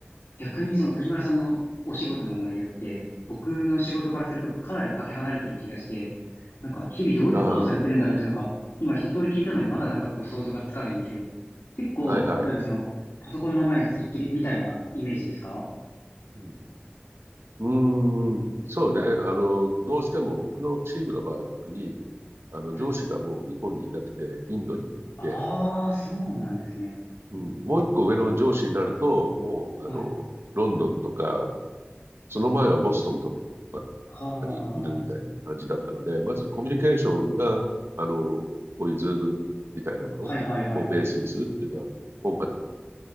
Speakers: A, on the left; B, on the right.
A: 逆にその藤村さんのお仕事の内容って、僕の仕事からするとかなりかけ離れてる気がして、なんか日々どういうことをされてるんだろうってなんか、
B: ああ、
A: 今一通り聞いたのにまだなんかこう想像がつかないんですよ。
B: うん、うん。
A: 結構、
B: はい、はい。
A: 例えばその、パソコンの前につきっきりみたいなイメージですか
B: うんうーん、そうね。あの、どうしても僕のチームの場合は特に、あの、
A: はい。
B: 上司がもう日本にいなくて、インドに行って、
A: ああ、そうなんですね。
B: うん、もう一個上の上司になると、もう、
A: はい。
B: あの、ロンドンとか、その前はボストンとか
A: は
B: にいるみたいな感じだったので、
A: あ。
B: まずコミュニケーションが、あの、こういうズームみたいなものをベースにするっていうのは多かった
A: はいはいはいはいはい。